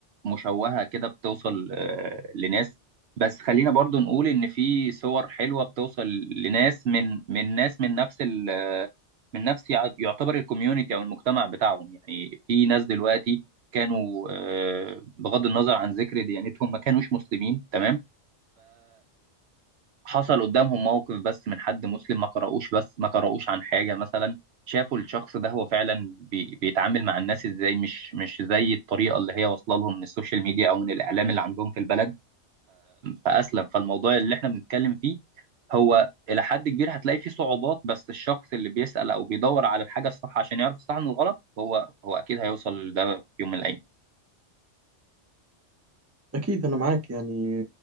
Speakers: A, on the right (about 65°); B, on the right (about 15°).
A: مشوهه كده بتوصل آه، لناس بس خلينا برضو نقول ان في صور حلوه بتوصل لناس من من ناس من نفس ال آه، من نفس يع- يعتبر الكوميونتي او المجتمع بتاعهم يعني في ناس دلوقتي كانوا آه، بغض النظر عن ذكر ديانتهم ما كانوش مسلمين تمام حصل قدامهم موقف بس من حد مسلم ما قرأوش بس ما قرأوش عن حاجة مثلا شافوا الشخص ده هو فعلا بي بيتعامل مع الناس ازاي مش مش زي الطريقة اللي هي واصلة لهم من السوشيال ميديا او من الاعلام اللي عندهم في البلد فأسلم فالموضوع اللي احنا بنتكلم فيه هو إلى حد كبير هتلاقي فيه صعوبات بس الشخص اللي بيسأل او بيدور على الحاجة الصح عشان يعرف الصح من الغلط هو هو اكيد هيوصل لده في يوم من الايام
B: اكيد انا معاك يعني